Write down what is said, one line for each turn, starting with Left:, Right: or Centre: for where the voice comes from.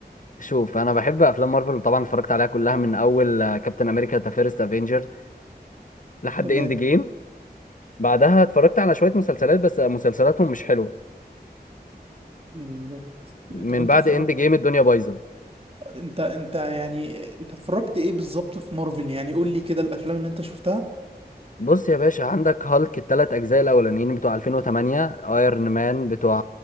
Left: شوف انا بحب افلام مارفل وطبعا اتفرجت عليها كلها من اول كابتن امريكا ذا فيرست افنجر لحد
Right: تمام
Left: اند جيم بعدها اتفرجت على شوية مسلسلات بس مسلسلاتهم مش حلوة
Right: بالظبط
Left: من
Right: طب انت
Left: بعد
Right: اتفرجت
Left: اند جيم الدنيا بايظة
Right: انت انت يعني انت اتفرجت ايه بالظبط في مارفل يعني قول لي كده الافلام اللي انت شفتها
Left: بص يا باشا عندك هالك التلات أجزاء الأولانيين بتوع 2008 ايرون مان بتوع